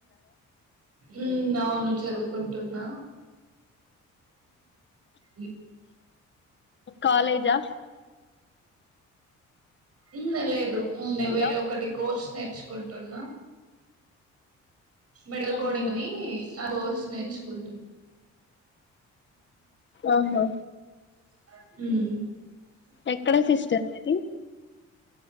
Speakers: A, on the right; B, on the left.
A: ఉ అవును చదువుకుంటున్నా ఇ
B: కాలేజా
A: ఇందలే ఇదు నేను
B: హలో
A: వేరే ఒకటి కోర్స్ నేర్చుకుంటున్నా మెడల్
B: ఆహా
A: కోడింగ్ ని స్ేర్చిపోంట
B: ఆహా
A: హ
B: ఎక్కడ సిస్టర్ మీది